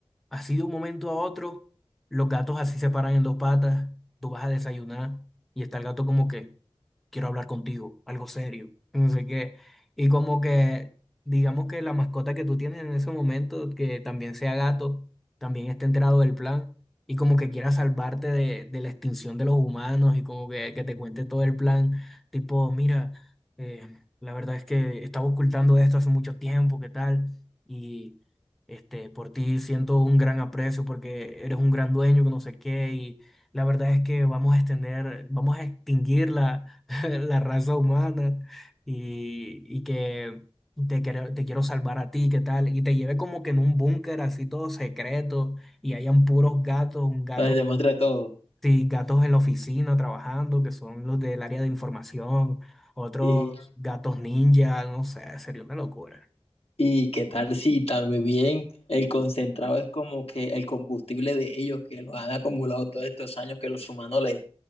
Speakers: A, in the centre; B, on the left.
A: así de un momento a otro, los gatos así se paran en dos patas, tú vas a desayunar y está el gato como que quiero hablar contigo, algo serio, no sé qué. Y como que, digamos que la mascota que tú tienes en ese momento, que también sea gato, también esté enterado del plan y como que quiera salvarte de, de la extinción de los humanos y como que, que te cuente todo el plan, tipo, mira, eh, la verdad es que estaba ocultando esto hace mucho tiempo, ¿qué tal? Y... Este, por ti siento un gran aprecio porque eres un gran dueño, que no sé qué, y la verdad es que vamos a extender, vamos a extinguir la, <laughs> la raza humana y, y que te quiero, te quiero salvar a ti, ¿qué tal? Y te lleve como que en un búnker así todo secreto y hayan puros gatos, un gato,
B: nos demuestra todo.
A: sí, gatos en la oficina trabajando, que son los del área de información, otros
B: Y
A: gatos ninja, no sé, sería una locura.
B: ¿Y qué tal si también el concentrado es como que el combustible de ellos que los han acumulado todos estos años que los humanos le,